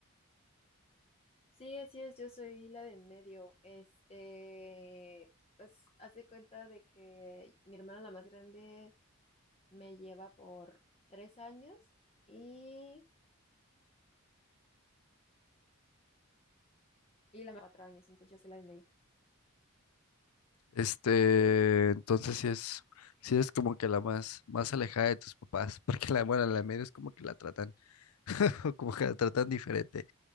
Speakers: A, on the left; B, on the left.
A: Sí, así es, yo soy la de en medio. Este, pues hace cuenta de que mi hermana la más grande me lleva por tres años y, y la más cuatro años, entonces yo soy la de en medio.
B: Este, entonces sí es, sí es como que la más, más alejada de tus papás, <laughs> porque la, bueno, la media es como que la tratan, <laughs> como que la tratan diferente.